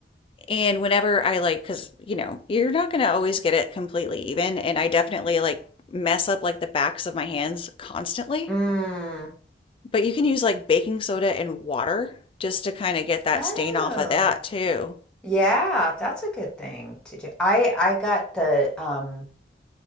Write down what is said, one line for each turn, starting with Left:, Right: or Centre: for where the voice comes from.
Left: And whenever I like, because you know, you're not going to always get it completely even. And I definitely like mess up like the backs of my hands constantly.
Centre: Mm.
Left: But you can use like baking soda and water just to kind of get that
Centre: Oh,
Left: stain off of that too.
Centre: yeah, that's a good thing to do. I I got the um